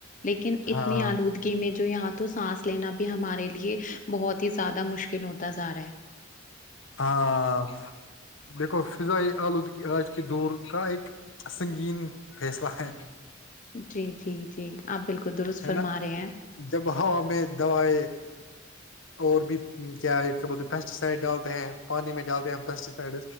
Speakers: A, on the left (about 40°); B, on the left (about 70°).
A: لیکن اتنی
B: ہاں
A: آلودگی میں جو یہاں تو سانس لینا بھی ہمارے لیے بہت ہی زیادہ مشکل ہوتا جا رہا ہے
B: ہاں دیکھو فضائی آلودگی آج کے دور کا اک سنگین فیصلہ ہے
A: جی جی جی آپ بالکل درست فرما
B: ہے نا
A: رہے ہیں
B: جب ہوا میں دوائ اور بھی کیا کیا بول پیسٹی سائڈ ڈال پانی میں جاتے ہیں پیسٹیسائڈ